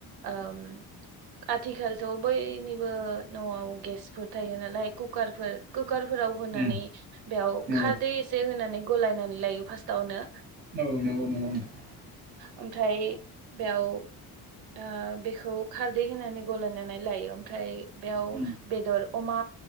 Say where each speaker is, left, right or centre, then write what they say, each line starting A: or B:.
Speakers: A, on the right; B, on the right.
A: ओम आथिखालथ' बयनिबो न'आव गेसफोर थायो नालाय कु कारफोर कुकारफोराव होनानै
B: उम
A: बेयाव
B: नंगौ
A: खारदै एसे होनानै गलायनानै लायो फार्स्टआवनो
B: औ नोंगौ नोंगौ नोंथां
A: ओमफ्राय बेयाव ओ बेखौ खारदै होनानै गलायनानै लायो ओमफ्राय बेयाव
B: उम
A: बेदर अमा